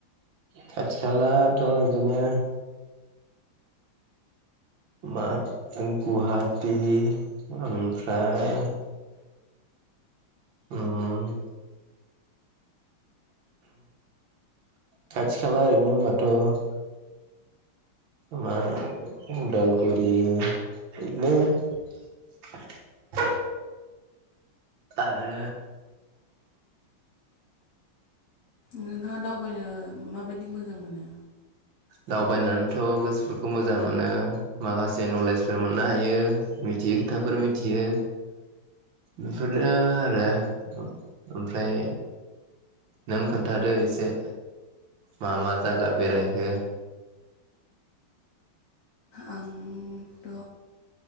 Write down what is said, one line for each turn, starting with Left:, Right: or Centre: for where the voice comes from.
Right: खाथि खालाथ' इदिनो मा गुवाहाटी ओमफ्राय उम खाथि खाला ओरैनो होनबाथ' मा उदालगुरि बिदिनो आरो
Left: नोंथाङा दावबायनो माबायदि मोजां मोनो
Right: दावबायनानैथ' गोसोफोरखौ मोजां मोनो माखासे नलेजफोर मोननो हायो मिथियै खोथाफोर मिथियो बेफोरनो आरो ओमफ्राय नों खोन्थादो एसे मा-मा जागा बेरायखो
Left: आंथ'